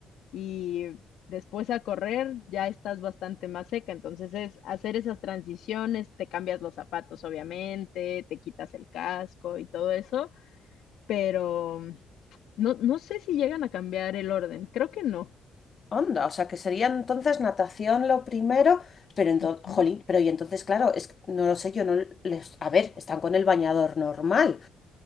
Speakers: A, on the left; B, on the left.
A: y después a correr ya estás bastante más seca. Entonces es hacer esas transiciones, te cambias los zapatos obviamente, te quitas el casco y todo eso, pero mm, no, no sé si llegan a cambiar el orden, creo que no.
B: Onda, o sea, que sería entonces natación lo primero, pero entonces,
A: Ujú.
B: jolín, pero y entonces, claro, es que no lo sé, yo no les, a ver, están con el bañador normal.